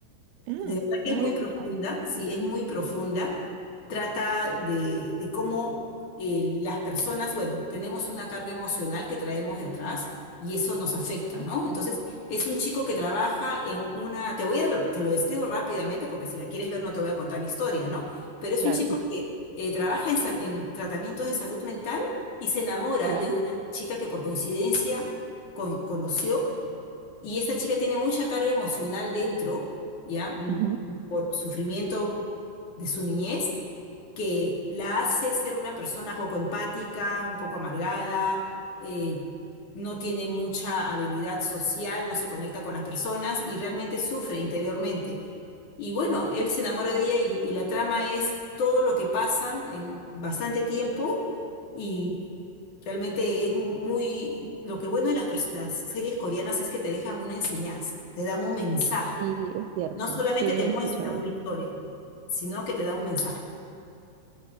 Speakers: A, on the right; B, on the left.
A: Ah,
B: De verdad que
A: no
B: es
A: la
B: muy
A: había
B: profunda,
A: escuchado.
B: sí, es muy profunda. Trata de, de cómo eh, las personas, bueno, tenemos una carga emocional que traemos de atrás y eso nos afecta,
A: ¿no?
B: ¿no? Entonces, es un chico que trabaja en una, te voy a, te lo describo rápidamente porque si la quieres ver no te voy a contar la historia, ¿no? Pero es
A: Claro.
B: un chico que eh, trabaja en, sal- en tratamientos de salud mental y se enamora
A: Ya.
B: de una chica que por coincidencia con- conoció y esa chica tiene mucha carga emocional dentro, ¿ya? Mm,
A: ujú.
B: Por sufrimiento de su niñez, que la hace ser una persona poco empática, un poco amargada, eh, no tiene mucha habilidad social, no se conecta con las personas y realmente sufre interiormente. Y bueno, él se enamora de ella y, y la trama es todo lo que pasan en bastante tiempo y Realmente es muy... Lo que bueno de las, perso- las series coreanas es que te dejan una enseñanza, te dan un mensaje.
A: Sí, es cierto.
B: No solamente
A: Sí, me
B: te
A: había
B: muestran
A: escuchado.
B: una historia, sino que te dan un mensaje.